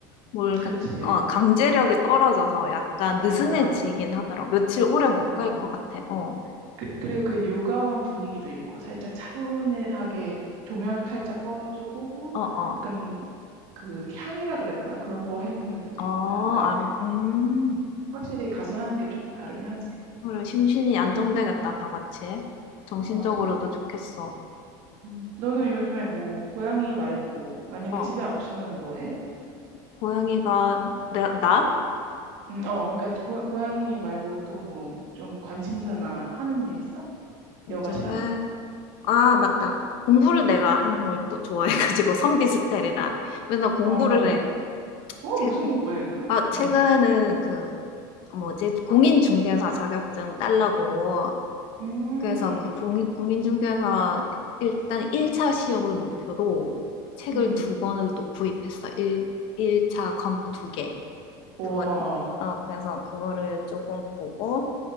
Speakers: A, on the left; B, on the right.
A: 뭘까,
B: 그치.
A: 어, 강제력이 떨어져서 약간
B: 맞아.
A: 느슨해지긴 하더라. 고 며칠 오래 못
B: 맞아.
A: 갈 것 같아. 어,
B: 그, 그리고 그 요가원 분위기도 있고 살짝 차분하게 조명 살짝 꺼주고
A: 어, 어,
B: 약간 그 향이라 그래야 되나? 그런 거 해놓는 데도
A: 어,
B: 있고 하니까
A: 알아. 음.
B: 확실히 가서 하는 게 조금 다르긴 하지.
A: 그래, 심신이 안정되겠다, 다 같이. 정신적으로도
B: 맞아.
A: 좋겠어.
B: 음. 너는
A: 어,
B: 요즘에 뭐 고양이 말고 만약에
A: 어.
B: 집에 없으면 뭐 해?
A: 고양이가, 나, 나?
B: 음, 어, 그러니까 고, 고양이 말고 또 뭐 좀 관심사나 하는 일 있어?
A: 요즘에
B: 여가 시간에?
A: 아, 맞다. 공부를 내가 하는 걸 또 좋아해가지고 <laughs> 선비 스타일이라 맨날 공부를
B: 어,
A: 해.
B: 어,
A: 최,
B: 무슨 공부해 요즘?
A: 아, 최근에는
B: 음,
A: 그 뭐지? 공인중개사 자격증 딸라고
B: 음,
A: 그래서 그 공인, 공인중개사 일단 1차 시험을 목표로 책을
B: 음,
A: 두 권을 또 구입했어. 1, 1차 과목 두 개.
B: 와,
A: 그거 어, 그래서 그거를 조금 보고